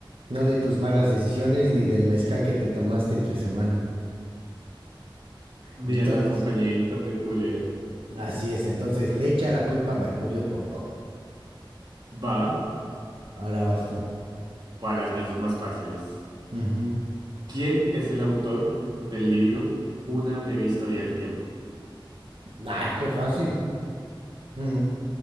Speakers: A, on the right; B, on the right.
A: no de tus malas decisiones ni del mezcal que te tomaste entre semana.
B: ni
A: Entonces,
B: a la compañía de internet culera.
A: así es, entonces le echa la culpa a Mercurio por todo.
B: Va.
A: Ahora vas tú.
B: Bueno, las mías son más fáciles.
A: Ujú.
B: ¿Quién es el autor del libro Una breve historia del tiempo?
A: Ah, qué fácil. Ujú.